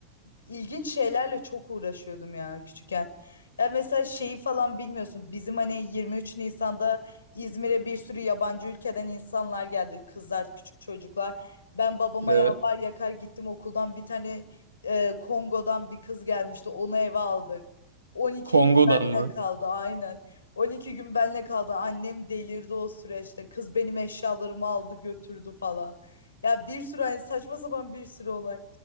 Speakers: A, on the left (about 75°); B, on the right (about 80°).
A: ilginç şeylerle çok uğraşıyordum ya küçükken. Ya mesela şeyi falan bilmiyorsun. Bizim hani 23 Nisan'da İzmir'e bir sürü yabancı ülkeden insanlar geldi. Kızlar, küçük çocuklar. Ben babama
B: Evet.
A: yalvar yakar gittim okuldan bir tane e, Kongo'dan bir kız gelmişti. Onu eve aldık. 12
B: Kongo'dan
A: gün benle
B: mı?
A: kaldı aynen. 12 gün benle kaldı. Annem delirdi o süreçte. Kız benim eşyalarımı aldı götürdü falan. Ya bir sürü hani saçma sapan bir sürü olay.